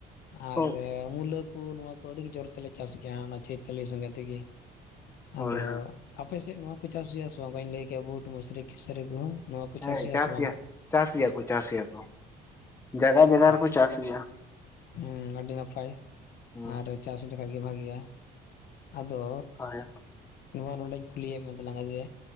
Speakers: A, on the left; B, on the left.
A: ᱟᱨ
B: ᱦᱳᱭ
A: ᱢᱩᱞᱟᱹᱠ ᱩᱱᱠᱩ ᱱᱚᱣᱟ ᱠᱚ ᱟᱹᱰᱤ ᱜᱮ ᱡᱳᱨ ᱛᱮᱞᱮ ᱪᱟᱥ ᱜᱮᱭᱟ ᱚᱱᱟ ᱪᱳᱭᱛᱟᱞᱤ ᱥᱚᱸᱜᱮ ᱛᱮᱜᱮ
B: ᱦᱳᱭ
A: ᱟᱫᱚ ᱟᱯᱮᱥᱮᱫ ᱱᱚᱣᱟ ᱠᱩ ᱪᱟᱥ ᱜᱮᱭᱟᱥᱮᱵᱟᱝ ᱵᱟᱧᱞᱮᱜᱮᱭᱟ ᱵᱩᱰ, ᱢᱩᱥᱨᱤ, ᱠᱤᱥᱨᱤᱠ, ᱜᱩᱦᱩᱢ᱾ ᱱᱚᱣᱟ ᱠᱚ
B: ᱦᱮᱸ
A: ᱦᱩᱭᱩᱜᱼᱟ
B: ᱪᱟᱥ
A: ᱥᱮ ᱵᱟᱝ
B: ᱜᱮᱭᱟ ᱪᱟᱥ ᱜᱮᱭᱟ ᱠᱚ ᱪᱟᱥ ᱜᱮᱭᱟ ᱠᱚ, ᱡᱟᱭᱜᱟ ᱡᱟᱭᱜᱟ
A: ᱟᱪᱪᱷᱟ
B: ᱨᱮᱠᱚ ᱪᱟᱥ ᱜᱮᱭᱟ᱾
A: ᱦᱮᱸ ᱟᱹᱰᱤ ᱱᱟᱯᱟᱭ
B: ᱦᱩᱸ
A: ᱟᱨᱼᱼ ᱪᱟᱥ ᱞᱮᱠᱷᱟᱡ ᱜᱮ ᱵᱷᱟᱜᱤᱜᱼᱟ ᱟᱫᱚᱼᱼ
B: ᱦᱳᱭ
A: ᱱᱚᱣᱟ ᱱᱚᱰᱮᱧ ᱠᱩᱞᱤᱭ ᱮᱫ ᱢᱮᱛᱟ ᱞᱟᱝᱟ ᱡᱮ,